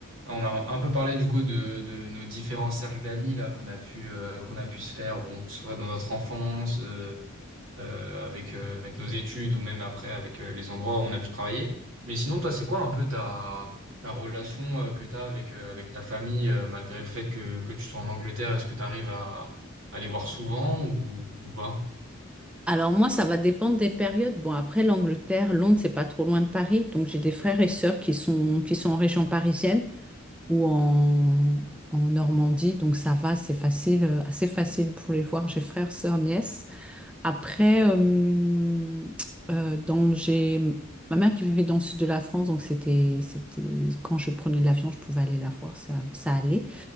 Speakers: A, on the right; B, in the centre.
A: On a un peu parlé du coup de, de nos différents cercles d'amis là qu'on a pu euh, qu'on a pu se faire, bon, que ce soit dans notre enfance, euh, euh, avec euh, avec nos études ou même après avec euh, les endroits où on a pu travailler. Mais sinon, toi, c'est quoi un peu ta ta relation euh, que tu as avec euh, avec ta famille euh, malgré le fait que que tu sois en Angleterre, est-ce que tu arrives à, à les voir souvent ou ou pas?
B: Alors moi, ça va dépendre des périodes. Bon, après l'Angleterre, Londres, c'est pas trop loin de Paris. Donc j'ai des frères et sœurs qui sont, qui sont en région parisienne ou en, en Normandie. Donc ça va, c'est facile, euh, assez facile pour les voir. J'ai frères, sœurs, nièces. Après, euh, euh, dans, j'ai ma mère qui vivait dans le sud de la France. Donc c'était, c'était quand je prenais l'avion, je pouvais aller la voir. Ça, ça allait.